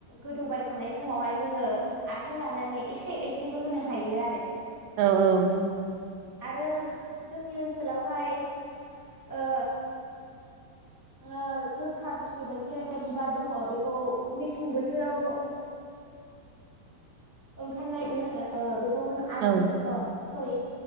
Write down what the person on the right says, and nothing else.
औ औ।
औ